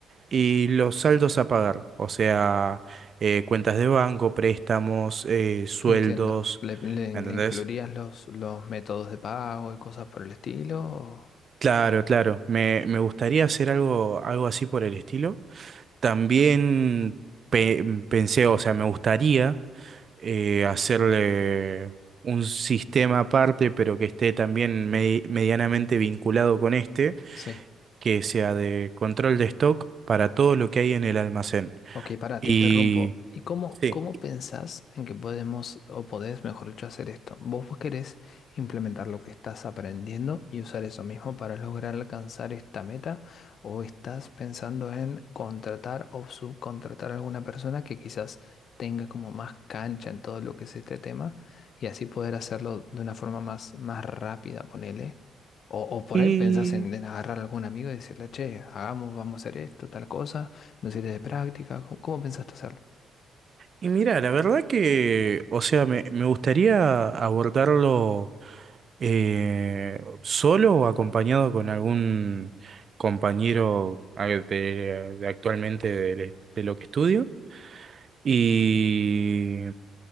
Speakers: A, on the right; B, on the left.
A: y los saldos a pagar, o sea, eh, cuentas de banco, préstamos, eh, sueldos,
B: Entiendo. ¿Le, le-
A: ¿entendés?
B: le incluirías los, los métodos de pago y cosas por el estilo? o-
A: Claro, claro, me, me gustaría hacer algo, algo así por el estilo. También pe- pensé, o sea, me gustaría eh, hacerle un sistema aparte, pero que esté también medi- medianamente vinculado con este,
B: Sí.
A: que sea de control de stock para todo lo que hay en el almacén.
B: Ok, pará,
A: Y
B: te interrumpo. ¿Y cómo,
A: sí.
B: cómo pensás en que podemos, o podés, mejor dicho, hacer esto? Vos vos querés implementar lo que estás aprendiendo y usar eso mismo para lograr alcanzar esta meta, o estás pensando en contratar o subcontratar a alguna persona que quizás tenga como más cancha en todo lo que es este tema y así poder hacerlo de una forma más, más rápida, ponele. O, o por
A: Y,
B: ahí pensás en, en agarrar a algún amigo y decirle, che, hagamos, vamos a hacer esto, tal cosa una serie de prácticas? ¿Cómo, cómo pensaste hacerlo?
A: y mira, la verdad que, o sea, me, me gustaría abordarlo Eh, ¿solo o acompañado con algún compañero a- de, de actualmente del e- de, lo que estudio? Y